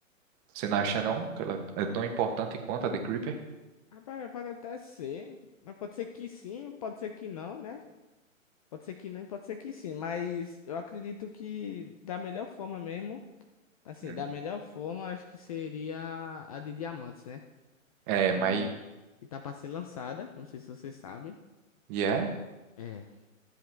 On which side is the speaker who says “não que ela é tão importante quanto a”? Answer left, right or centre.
Right